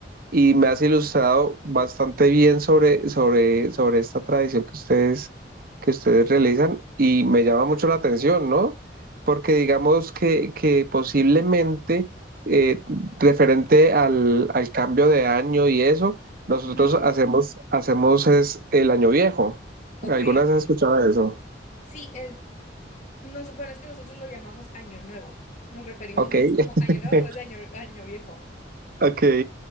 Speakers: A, on the right; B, on the left.
A: y me has ilustrado bastante bien sobre, sobre, sobre esta tradición que ustedes, que ustedes realizan y me llama mucho la atención, ¿no? Porque digamos que, que posiblemente eh, referente al, al cambio de año y eso, nosotros
B: Ujú.
A: hacemos, hacemos es el año viejo.
B: Ok.
A: ¿Algunas has escuchado eso?
B: Sí, eh, nos- bueno, es que nosotros lo llamamos año nuevo. Nos referimos
A: Ok,
B: más como
A: <laughs>
B: año nuevo, es año, año viejo.
A: ok.